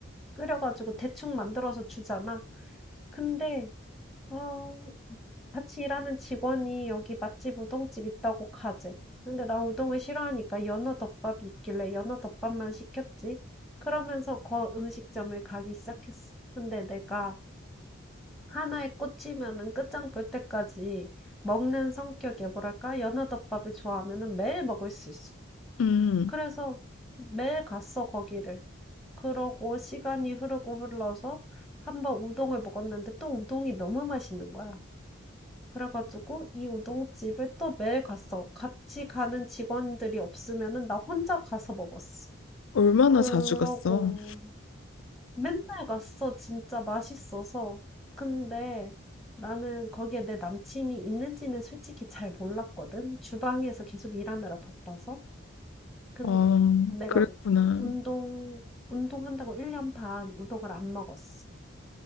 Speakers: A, in the centre; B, on the left.
A: 끓여 가지고 대충 만들어서 주잖아. 근데 어 같이 일하는 직원이 "여기 맛집 우동집 있다고 가재." 근데 난 우동을 싫어하니까 연어덮밥이 있길래 연어덮밥만 시켰지. 그러면서 거 음식점을 가기 시작했어. 근데 내가 하나에 꽂히면은 끝장 볼 때까지 먹는 성격에 뭐랄까? 연어덮밥을 좋아하면은 매일 먹을 수 있어.
B: 음,
A: 그래서 매일 갔어 거기를. 그러고 시간이 흐르고 흘러서 한번 우동을 먹었는데 또 우동이 너무 맛있는 거야. 그래 가지고 이 우동집을 또 매일 갔어. 같이 가는 직원들이 없으면은 나 혼자 가서 먹었어.
B: 얼마나
A: 그러고
B: 자주 갔어?
A: 맨날 갔어 진짜 맛있어서. 근데 나는 거기에 내 남친이 있는지는 솔직히 잘 몰랐거든. 주방에서 계속 일하느라 바빠서. 근데
B: 어,
A: 내가
B: 그랬구나.
A: 우 운동 운동한다고 1년 반 우동을 안 먹었어.